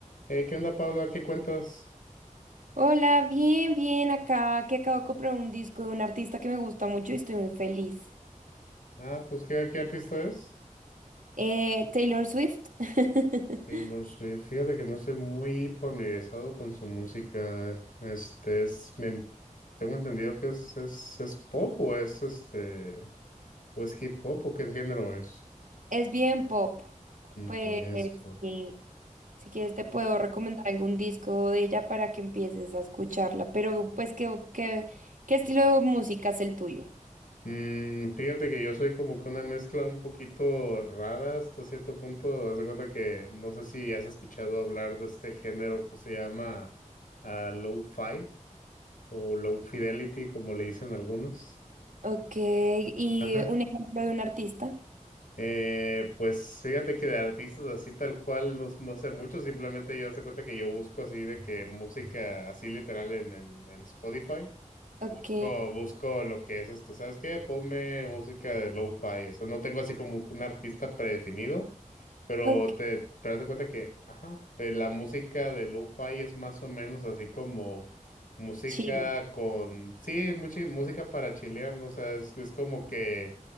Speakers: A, on the left (about 80°); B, on the right (about 75°).
A: Hey, ¿qué onda, Paula? ¿Qué cuentas?
B: Hola, bien, bien, acá que acabo de comprar un disco de un artista que me gusta mucho y estoy muy feliz.
A: Ah, pues, ¿qué, qué artista es?
B: Eh, Taylor Swift. <laughs>
A: Taylor Swift. Fíjate que no soy muy familiarizado con su música. Este es, me- tengo entendido que es, es, es pop o es este, o es hip hop o qué género es.
B: Es bien pop. Pues
A: Que es pop.
B: sí, si quieres te puedo recomendar algún disco de ella para que empieces a escucharla. Pero pues, ¿qué, qué, qué estilo de música es el tuyo?
A: Mm, fíjate que yo soy como que una mezcla un poquito rara hasta cierto punto. Haz de cuenta que no sé si has escuchado hablar de este género que se llama low lo-fi. o low fidelity, como le dicen algunos.
B: Ok, y
A: Ajá.
B: un ejemplo de un artista.
A: Eh, pues fíjate que de artistas así tal cual no, no sé mucho, simplemente yo hace cuenta que yo busco así de que música así literal en, en, en Spotify.
B: Ok,
A: Busco, busco lo que es este, ¿sabes qué? Ponme música de lo-fi, o sea, no tengo así como un artista predefinido. Pero
B: ok,
A: te, pero haz de cuenta que, ajá, eh, la música de lo-fi es más o menos así como música
B: chido.
A: con, sí, mucha música para chilear, ¿no? O sea, es, es como que,